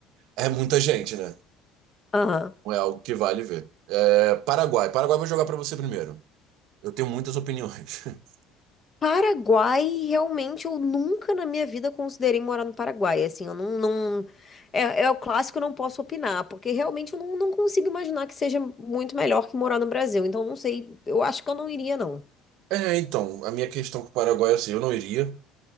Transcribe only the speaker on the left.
Aham.
Paraguai, realmente, eu nunca na minha vida considerei morar no Paraguai. Assim, eu não, não... É, é o clássico, eu não posso opinar, porque realmente eu não, não consigo imaginar que seja muito melhor que morar no Brasil. Então, eu não sei, eu acho que eu não iria, não.